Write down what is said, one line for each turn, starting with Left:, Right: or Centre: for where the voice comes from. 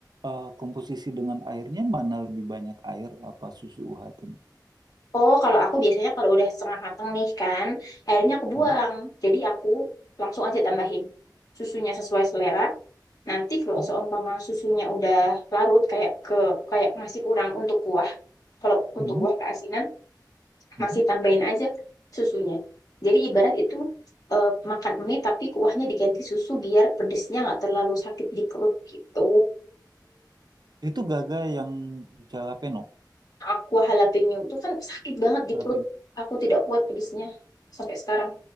Right: eh, komposisi dengan airnya mana lebih banyak air apa susu UHT ini?
Left: Oh, kalau aku biasanya kalau udah setengah mateng nih kan, airnya aku buang.
Right: Hmm.
Left: Jadi aku langsung aja tambahin susunya sesuai selera. Nanti kalau
Right: Oh,
Left: seumpama susunya udah larut kayak ke kayak masih kurang untuk kuah. Kalau
Right: hmm,
Left: untuk kuah keasinan
Right: hmm.
Left: masih tambahin aja susunya. Jadi ibarat itu eh, makan mie tapi kuahnya diganti susu biar pedesnya nggak terlalu sakit di perut gitu.
Right: Itu Gaga yang jalapeno.
Left: aku jalapeno itu kan sakit banget di
Right: Jalapeno.
Left: perut. Aku tidak kuat pedesnya sampai sekarang.